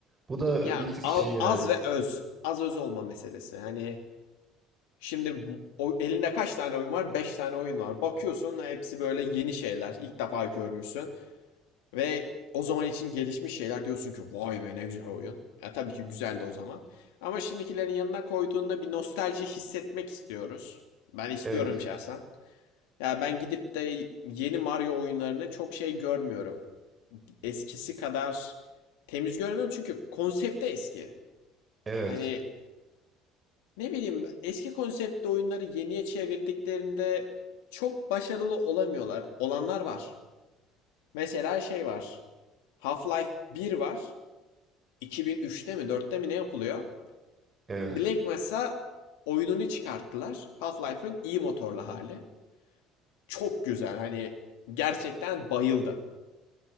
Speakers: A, on the right (about 30°); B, on the left (about 75°).
A: Bu da
B: Ya
A: bir tık
B: al-
A: şey yani.
B: az ve öz. Az öz olma meselesi. Hani şimdi o, elinde kaç tane oyun var? 5 tane oyun var. Bakıyorsun hepsi böyle yeni şeyler. İlk defa görmüşsün. Ve o zaman için gelişmiş şeyler diyorsun ki vay be ne güzel oyun. Ya tabii ki güzeldi o zaman. Ama şimdikilerin yanına koyduğunda bir nostalji hissetmek istiyoruz. Ben istiyorum
A: Evet,
B: şahsen. Ya ben gidip de yeni Mario oyunlarını çok şey görmüyorum. Eskisi kadar temiz görmüyorum çünkü konsepte eski.
A: evet,
B: Hani ne bileyim eski konseptte oyunları yeniye çevirdiklerinde çok başarılı olamıyorlar. Olanlar var. Mesela şey var. Half-Life bir var. 2003'te mi 4'te mi ne yapılıyor?
A: evet.
B: Black Mesa oyununu çıkarttılar. Half-Life'ın iyi motorlu hali. Çok güzel hani gerçekten bayıldım.